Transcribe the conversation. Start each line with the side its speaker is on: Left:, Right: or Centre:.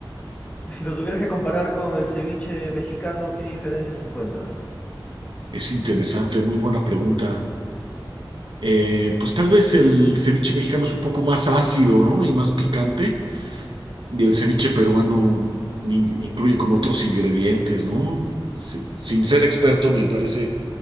Left: Y si lo tuvieras que comparar con el ceviche mexicano, ¿qué diferencias encuentras?
Right: Es interesante, muy buena pregunta. Eh, pues tal vez el ceviche mexicano es un poco más ácido, ¿no? Y más picante. Y el ceviche peruano in- incluye como otros ingredientes, ¿no? Si- sin ser experto, me parece